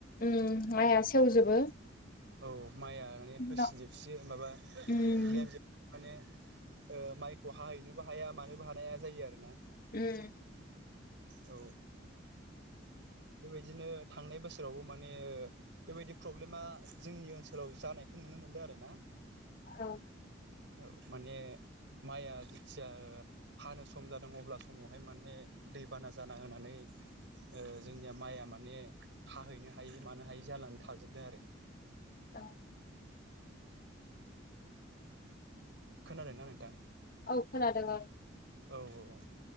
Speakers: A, on the left; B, on the right.
A: उम माइआ सेवजोबो।
B: औ माइआ माने
A: उनाव
B: होसिनजोबसयो माबा लेमजोबो
A: उम
B: माने। ओ माइखौ हाहैनोबो हाया मानोबो हानाय हा जायो आरो ना।
A: उम
B: औ। बेबायदिनो थांनाय बोसोरावबो माने बेबायदि प्रब्लेमा जोंनि ओनसोलाव जानाय। नुनो मोनदों आरो ना
A: औ।
B: औ माने माइआ जिथिया हानो सम जादों अब्ला समावहाय माने दैबाना जाना होनानै ओ जोंनिया माइआ माने हाहैनो हायै मानो हायि जानानै थाजोबदों आरो।
A: औ
B: खोनादों ना नोंथां?
A: औ खोनादों औ।
B: औ औ औ।